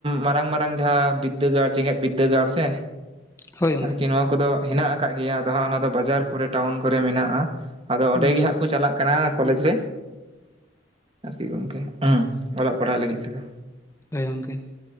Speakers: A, on the right; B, on the left.
A: ᱢᱟᱨᱟᱝ ᱢᱟᱨᱟᱝ ᱡᱟᱦᱟᱸ ᱵᱤᱫᱽᱫᱟᱹᱜᱟᱲ ᱡᱮᱸᱜᱮᱛ ᱵᱤᱫᱽᱫᱟᱹᱜᱟᱲ ᱥᱮ
B: ᱦᱳᱭ ᱜᱚᱝᱠᱮ
A: ᱟᱨᱠᱤ ᱱᱚᱣᱟ ᱠᱚᱫᱚ ᱦᱮᱸᱱᱟᱜ ᱠᱟᱜ ᱜᱮᱭᱟ ᱟᱫᱚ ᱦᱟᱸᱜ ᱚᱱᱟ ᱫᱚ ᱵᱟᱡᱟᱨ ᱠᱚᱨᱮ ᱴᱟᱣᱩᱱ ᱠᱚᱨᱮ ᱢᱮᱱᱟᱜᱼᱟ᱾ ᱟᱫᱚ
B: ᱦᱳᱭ
A: ᱚᱸᱰᱮ ᱜᱮ ᱦᱟᱸᱜ ᱠᱚ ᱪᱟᱞᱟᱜ ᱠᱟᱱᱟ ᱠᱚᱞᱮᱡ ᱨᱮ, ᱦᱮ ᱜᱚᱢᱠᱮ ᱦᱩᱸ ᱚᱞᱚᱜ ᱯᱟᱲᱦᱟᱜ ᱞᱟᱹᱜᱤᱫ ᱛᱮᱫᱚ᱾
B: ᱦᱮᱸ ᱜᱚᱝᱠᱮ᱾